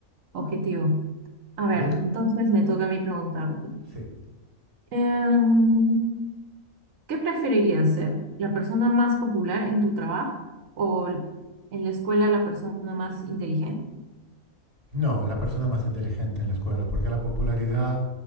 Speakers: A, on the right (about 65°); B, on the right (about 25°).
A: objetivo. A ver,
B: Yo c-
A: entonces me toca a mí preguntarte.
B: sí.
A: Em, ¿qué preferirías ser? ¿La persona más popular en tu trabajo o l- en la escuela la persona más inteligente?
B: No, la persona más inteligente en la escuela, porque la popularidad